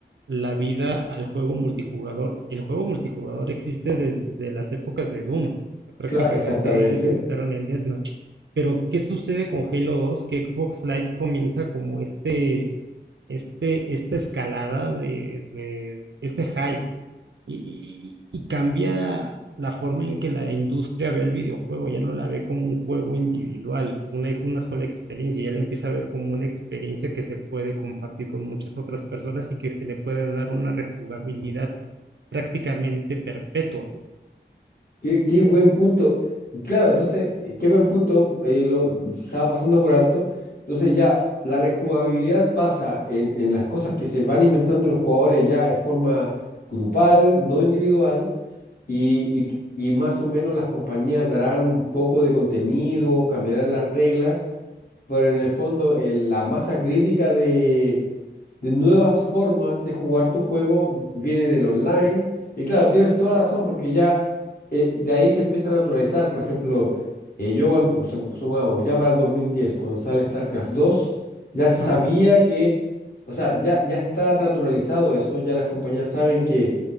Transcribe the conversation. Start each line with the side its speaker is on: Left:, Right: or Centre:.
Right: la vida al juego multijugador. El juego multijugador existe desde las épocas de Doom. O sea, prácticamente
Left: claro, exactamente.
Right: ellos inventaron el Deathmatch. Pero, ¿qué sucede con Halo 2? Que Xbox Live comienza como este, este, esta escalada de, de este hype y, y- y cambia la forma en que la industria ve el videojuego, ya no la ve como un juego individual, una, ex- una sola experiencia, ya la empieza a ver como una experiencia que se puede compartir con muchas otras personas y que se le puede dar una rejugabilidad prácticamente perpetua.
Left: Qué, qué buen punto. Claro, entonces, eh, qué buen punto. eh, lo estaba pasando por alto. Entonces ya la rejugabilidad pasa en, en las cosas que se van inventando los jugadores ya en forma grupal, no individual, y, y y más o menos las compañías darán un poco de contenido, cambiarán las reglas pero en el fondo el- la masa crítica de, de nuevas formas de jugar tu juego viene del online. Y claro, tienes toda razón, porque ya eh, de ahí se empieza a naturalizar. Por ejemplo, eh, yo cuando, su- supongamos, ya para el 2010 cuando sale StarCraft dos ya se sabía
Right: Ajá,
Left: que, o sea, ya, ya está naturalizado eso, ya las compañías saben que